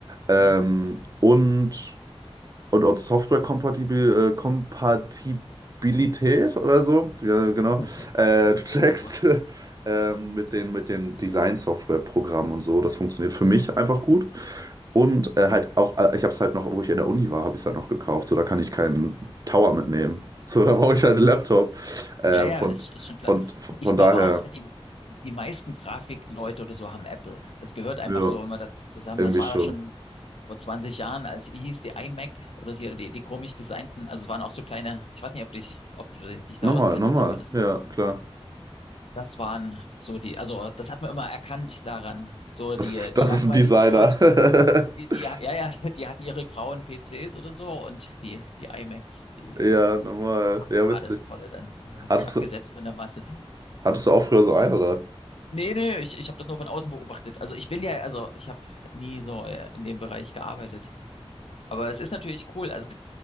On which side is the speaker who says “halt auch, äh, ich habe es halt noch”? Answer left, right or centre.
Right